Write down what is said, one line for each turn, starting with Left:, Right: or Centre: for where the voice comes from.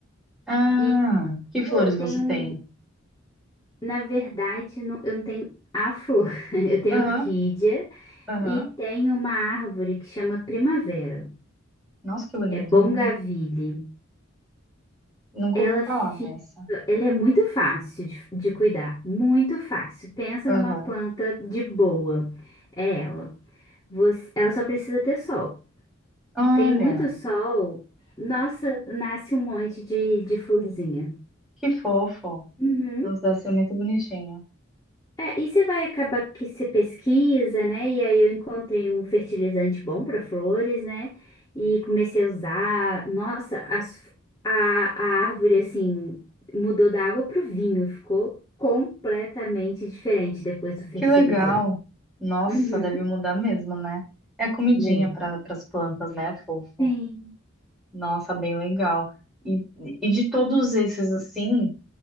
Centre: Ah,
Left: E
Centre: que flores
Left: pô, tem
Centre: você tem?
Left: um, na verdade, não- eu não tenho a flor. <laughs> Eu tenho
Centre: Aham,
Left: orquídea
Centre: aham.
Left: e tem uma árvore que chama primavera.
Centre: Nossa, que bonito,
Left: É Bongaville.
Centre: eu nun- nunca
Left: Ela
Centre: ouvi falar
Left: fica,
Centre: nessa.
Left: ele é muito fácil de, de cuidar, muito fácil. Pensa
Centre: Aham.
Left: numa planta de boa. É ela. Você- ela só precisa ter sol.
Centre: Olha,
Left: Tem muito sol, nossa, nasce um monte de, de florzinha.
Centre: que fofo.
Left: Uhum.
Centre: Nossa, deve ser muito bonitinho.
Left: É, e você vai acabar que você pesquisa, né? E aí eu encontrei um fertilizante bom para flores, né? E comecei a usar. Nossa, as- a, a árvore, assim, mudou da água para o vinho. Ficou completamente diferente depois do fertilizante.
Centre: Que legal. Nossa,
Left: Uhum,
Centre: deve mudar mesmo, né? É comidinha
Left: muda.
Centre: para as plantas, né, fofo?
Left: Sim.
Centre: Nossa, bem legal. E, e de todos esses, assim,